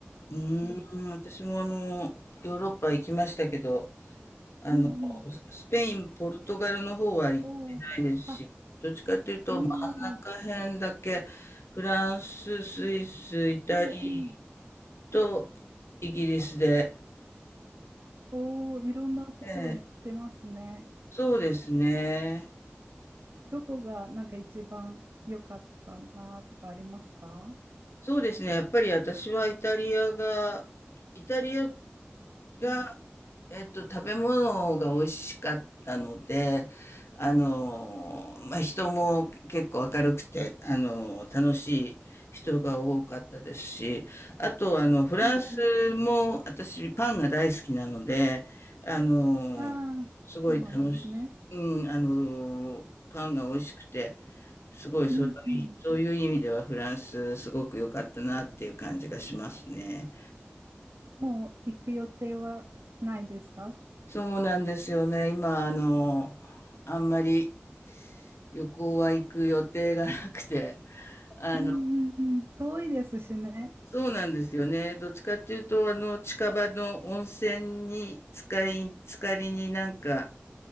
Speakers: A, on the left; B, on the right.
A: うーん、
B: ん
A: 私もあの、ヨーロッパ行きましたけど、あの、
B: うんうん。
A: スペイン、ポルトガルの方は行ってないですし、
B: おーあ、
A: どっちかというと真ん中辺だけ、
B: うん。
A: フランス、スイス、イタリ
B: うんうん。
A: アとイギリスで、
B: おお、いろんなところ行ってますね。
A: ええ、そうですね。
B: どこがなんか一番良かったなとかありますか
A: そうですね。やっぱり私はイタリアが、イタリアが、
B: うん
A: えっと、食べ物が美味しかったので、あの、まあ、人も結構明るくて、あの、楽しい人が多かったですし、あと、あの、フランスも私パンが大好きなので、
B: うん
A: あの、
B: うん。ああ、
A: すごい楽しい、
B: そうなんですね。
A: うん、あの、パンが美味しくて、すごいそういう、
B: うんうん。
A: そういう意味ではフランスすごく良かったなっていう感じがしますね。
B: もう行く予定はないですか
A: そうなんですよね。今、あの、あんまり旅行は行く予定がなくて、あの、
B: うんうんうん。遠いですしね。
A: そうなんですよね。どっちかっていうと、あの、近場の温泉に使い、浸かりになんか、